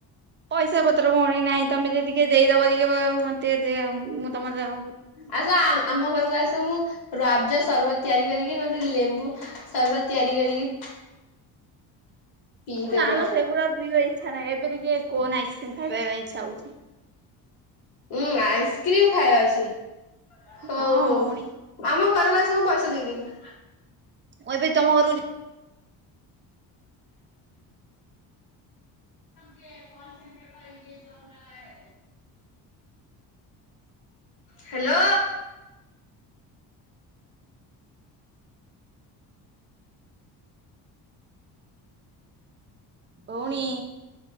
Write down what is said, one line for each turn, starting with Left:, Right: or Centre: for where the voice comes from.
Right: ପଇସା ପତ୍ର ଭଉଣି ନାହିଁ ତମେ ଯଦି କିଏ ଦେଇଦବ ଟିକେ ମତେ ମୁଁ ତମେ ଦ
Left: ଆସ ଆମ ଘରକୁ ଆସ ମୁୁ ରାଜ ସରବତ ତିଆରି କରିକି ନ ଲେମ୍ବୁ ସରବତ ତିଆରି କରିକି ପିଇଦବ।
Right: ନା ନା ସେଗୁଡା ପିଇବା ଇଚ୍ଛା ନାହିଁ ଏବେ ଟିକିଏ କୋନ ଆଇସ୍କ୍ରିମ ଖାଇବା ପାଇଁ ଇଛା ହଉଛି।
Left: ଉଁ ଆଇସ୍କ୍ରିମ ଖାଇବା ଅଛି ହଉ
Right: ହଁ
Left: ହଉ।
Right: ଭଉଣୀ
Left: ଆମ ଘରକୁ ଆସ ମୁ ପଇସା ଦେଇଦେବି
Right: ମୁ ଏବେ ତମ ଘରକୁ ଯି
Left: <unintelligible> ହ୍ୟାଲୋ।
Right: ଭଉଣୀ